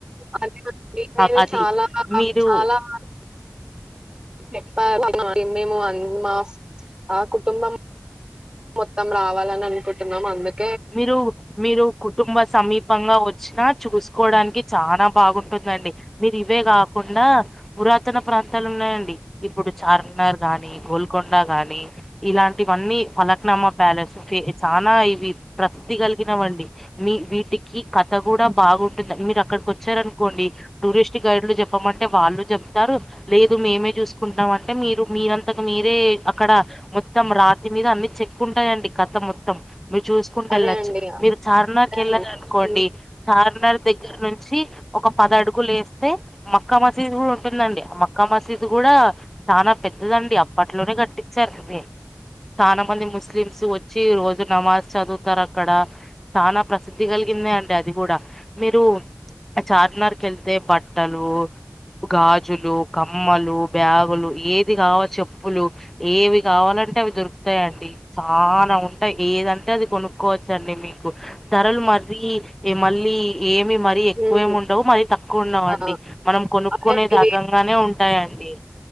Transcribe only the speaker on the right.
అదే అండి నేను
చాలా రకాలు
చాలా మార్ చెప్పారండి మాకి. మేము అన్ మా మా కుటుంబం మొత్తం రావాలని అనుకుంటున్నాం అందుక్
అదే
అండి. అదే
అండి. హ్మ్.
హ్మ్.
ఆ!
అదే అండి
వే